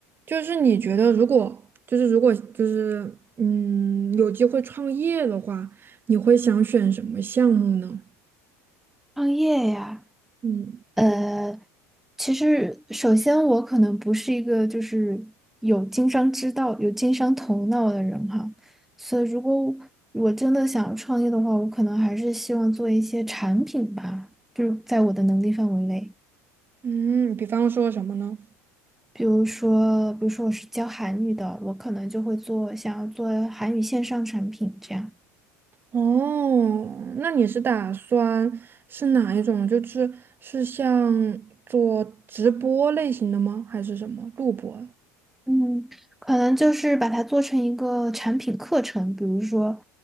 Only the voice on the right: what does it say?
就是你觉得，如果就是如果就是嗯，有机会创业的话，你会想选什么项目呢？
嗯，
嗯，比方说什么呢？
哦，那你是打算是哪一种？就是是像做直播类型的吗？还是什么录播？